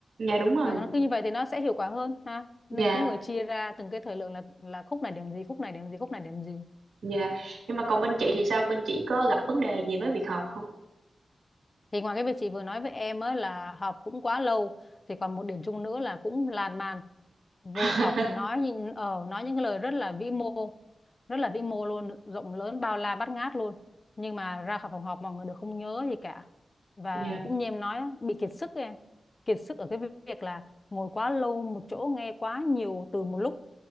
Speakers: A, on the right (about 90°); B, on the left (about 30°).
A: Dạ đúng rồi.
B: và
A: Dạ đúng
B: nó
A: rồi.
B: cứ như vậy thì nó sẽ hiệu quả hơn ha.
A: Dạ
B: Nên có người chia ra từng cái thời lượng là là khúc này điểm gì, khúc này điểm gì, khúc này điểm gì.
A: Dạ. Nhưng mà còn bên chị thì sao? Bên chị có gặp vấn đề gì với việc học không?
B: thì ngoài cái việc chị vừa nói với em á là họp cũng quá lâu thì còn một điểm chung nữa là cũng lan man vô
A: <laughs>
B: họp nói những ờ nói những cái lời rất là vĩ mô rất là vĩ mô luôn rộng lớn bao la bát ngát luôn nhưng mà ra khỏi phòng họp mọi người đều không nhớ gì cả và
A: Dạ,
B: cũng như em nói á, bị kiệt sức ấy em kiệt sức ở cái việc là ngồi quá lâu một chỗ nghe quá nhiều từ một lúc